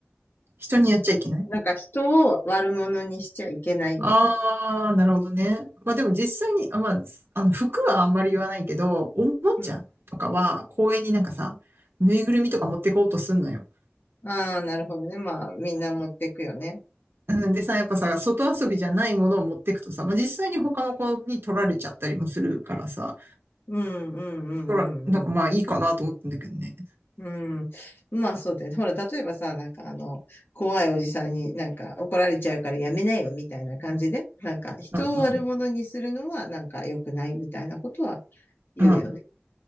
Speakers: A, on the right (about 75°); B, on the left (about 65°).
A: 人にやっちゃいけない。
B: なんか、人を悪者にしちゃいけないみたい。
A: ああ、なるほどね。まあでも実際に、あまあ、あの、服はあんまり言わないけど、おもちゃとかは公園になんかさ、
B: うん。う
A: ぬいぐるみとか持ってこうとすんのよ。
B: ん。ああ、なるほどね。まあ、みんな持っていくよね。
A: うんでさ、やっぱさ、外遊びじゃないものを持ってくとさ、まあ、実際に他の子に取られちゃったりもするからさ、
B: うん、うん、う
A: 取ら、
B: ん、
A: なんかまあいいかなと思ってんだけどね。
B: うん、うん。まあそうだよね。ほら、例えばさ、なんかあの、怖いおじさんになんか怒られちゃうからやめなよみたいな感じで、なんか人を悪者にするのはなんか良くないみたいなことは
A: うんうん。
B: 言うよね。
A: うんう